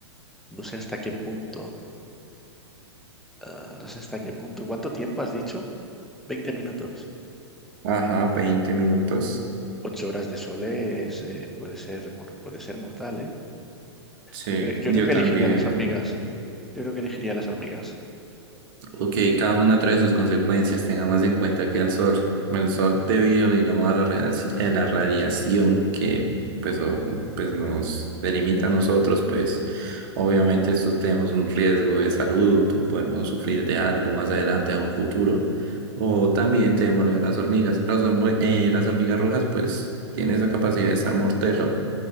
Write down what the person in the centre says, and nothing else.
no sé hasta qué punto, ah, no sé hasta qué punto. ¿Cuánto tiempo has dicho? veinte minutos.
Ocho horas de sol es, eh, puede ser, mor- puede ser mortal, ¿eh?
Yo creo, yo
creo que
elegiría las hormigas. Yo creo que elegiría las hormigas.